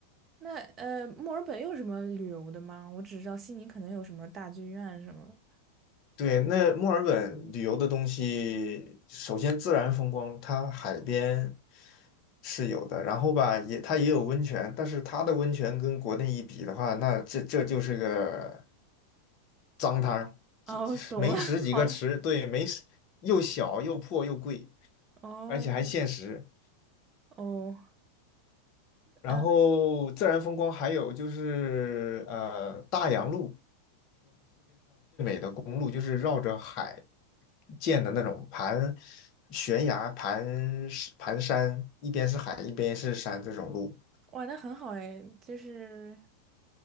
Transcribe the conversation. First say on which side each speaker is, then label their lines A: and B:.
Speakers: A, on the right; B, on the left.
A: 那呃，墨尔本有什么旅游的吗？我只知道悉尼可能有什么大剧院什么的。
B: 对，那墨尔本旅游的东西，首先自然风光，它海边是有的，然后吧，也它也有温泉，但是它的温泉跟国内一比的话，那这这就是个脏摊儿，就就是没十几个池，
A: 哦，懂了，<laughs> 好的，
B: 对，没十又小又破又贵，
A: 哦
B: 而且还限时。
A: 哦，
B: 然后自然风光还有就是呃大洋路。
A: 呃，
B: 的公路，就是绕着海建的那种盘悬崖、盘石盘山，一边是海，一边是山这种路。
A: 玩的很好哎，就是，